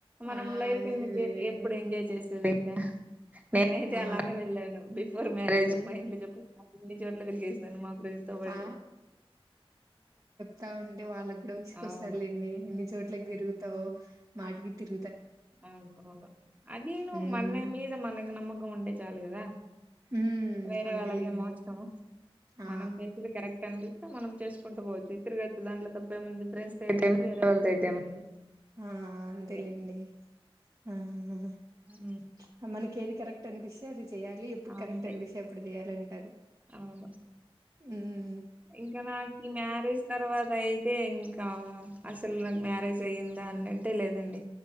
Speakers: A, on the right; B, on the right.
A: మనం
B: ఆ
A: లైఫ్
B: అది
A: ఇందుకే
B: నిజమేనండి.
A: ఎప్పుడు ఎంజాయ్ చేసేది ఇంకా క నేనైతే
B: ఆ
A: అలానే వెళ్ళాను బెఫో మ్యారేజ్ మా ఇంట్లో చెప్పకు ఎన్ని చోట్ల తిరిగేసాను మా ఫ్రెండ్స్ తో పాటే
B: ఆ త ఉంటే వాళ్ళకి డ విసుకొస్తారులేండి
A: అవును
B: ఎన్ని చోట్లకి తిరుగుతావు మాట్గి తిర్
A: అ అవును అదేను
B: హ్మ్
A: మన మీద మనకు నమ్మకం ఉంటే చాలు కదా
B: హ్మ్
A: వేరే
B: అంతేలేండి.
A: వాళ్ళగేం అవసరము
B: ఆ
A: మనం చేసేది కరెక్ట్ అండి మనం చేసుకుంటూ పోవచ్చు తిరచ్చ దాంట్లో తప్ప ఎముంది ఫ్రెండ్స్ అయితే ఏమి వేరే వాళ్ళదయితే ఏముంది
B: ఆ అంతేలేండి
A: అంతే
B: ఆ
A: మ్మ్
B: మనకి ఏది కరెక్ట్ అంన్స్తీపిస్తీఅది చేయాలి ఎప్పుడు కరెక్ట్
A: అంతే
B: అనిపిస్తే అప్పుడు చేయాలి అంటారు
A: అవును
B: ఆ
A: ఇంకా నాకు ఈ మ్యారేజ్ తర్వాత అయితే ఇంకా అసలు నాకు మ్యారేజ్ అయిందా అన్నట్టే లేదండి